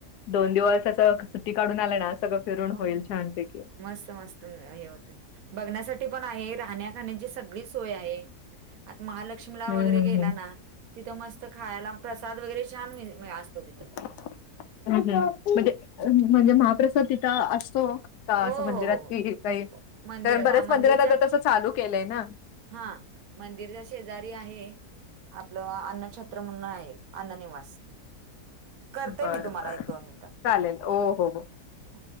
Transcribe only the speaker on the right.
हो
हो.
मस्त मस्त. हे होत बघण्यासाठी पण आहे राहण्या खाण्याची सगळी सोय आहे. आता महालक्ष्मीला
वगैरे
गेला ना? तिथं मस्त खायला प्रसाद वगैरे छान मि मि असतो तिथं.
हो
हो हो हो.
मंदिरात
हा
मंदिरच्या
हा मंदिरच्या शेजारी आहे आपलं अन्नछत्र म्हणून आहे अन्न निवास करते
मी तुम्हाला
एक दोन मिनिटात
हं, हं.